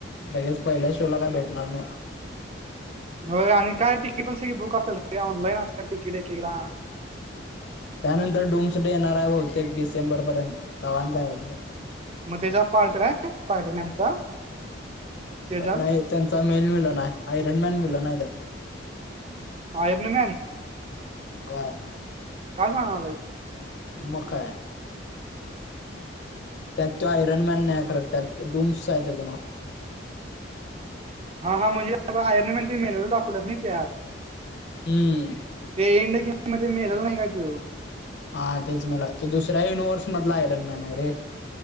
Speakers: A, on the left; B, on the right.
A: लगेच पहिल्या शोला काय भेटणार नाही.
B: हो आणि काय तिकीट पण स बुक असेल ऑनलाईन अस तिकीटे एखदा.
A: त्यानंतर डुम्स डे येणार आहे बहुतेक डिसेंबर पर्यंत तवा आणि जायचं.
B: मग त्याचा पार्ट काय? स्पायडरमॅनचा? त्याच्यात
A: नाही त्यांचा मेल विलन हाय आयरन मॅन व्हिलन आहे त्यात.
B: आयर्नमॅन?
A: व्हय.
B: काय सांगालाइस?
A: मग काय. त्यात तो आयरनमॅन नाही खर, त्यात डुम्स आहे त्याचा नाव.
B: हा हां म्हणेहे आयरन मॅन ते मेलेला दाख ल नाही त्यात
A: हम्म
B: ते इंड गेममध्ये मेलेलं नाही का त्यो?
A: हा तेच मेलाय तो दुसऱ्या युनिव्हर्स मधला आयरन मॅन हाय रे.